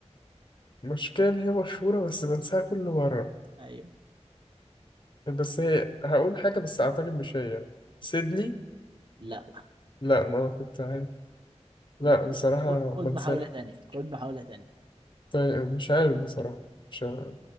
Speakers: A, on the left; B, on the right.
A: مشكلة إن هي مشهورة بس بنساها كل مرة
B: ايوه
A: بس هي هقول حاجة بس اعتقد مش هي سيدني
B: لا
A: لا ما كنت عارف لا
B: ماشي
A: بصراحة
B: خ- خد
A: بنساها
B: محاولة تانية خد محاولة تانية
A: طيب مش عارف بصراحة مش عارف.